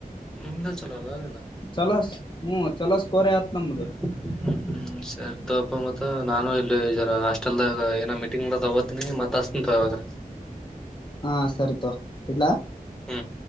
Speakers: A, in the centre; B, on the left (about 30°).
A: ನಿಮ್ದ ಚಲೋಲ್ಲ
B: ಚಲಸ್ ಹ್ಮ್ ಚಲೋಸ್ ಕೋರೆ ಆಯತ್ ನಮ್ಮದು
A: <unintelligible> ಹ್ಮ ಸರಿತವಪ್ಪ ಮತ್ತ ನಾನು ಇಲ್ಲಿ ಹಾಸ್ಟೆಲ್ದಾಗ ಏನೋ ಮೀಟಿಂಗ್ ಮಾಡತಿನಿ ತಗೋತೀನಿ ಮತ್ತ ಹತ್ತೀನಿ ತಗೋ ಇವಾಗ
B: ಹ ಸರಿ ತೋಗ ಇಟ್ಲ.
A: ಹ್ಮ್